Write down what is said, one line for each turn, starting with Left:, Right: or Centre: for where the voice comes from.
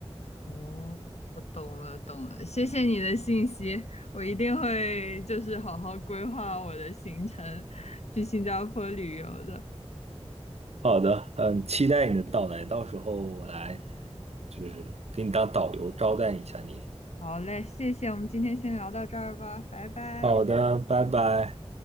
Left: 哦，我懂了，懂了，谢谢你的信息，我一定会就是好好规划我的行程，去新加坡旅游的。
Right: 好的，嗯，期待你的到来，到时候我来就是给你当导游招待一下你。
Left: 好嘞，谢谢，我们今天先聊到这儿吧，拜拜。
Right: 好的，拜拜。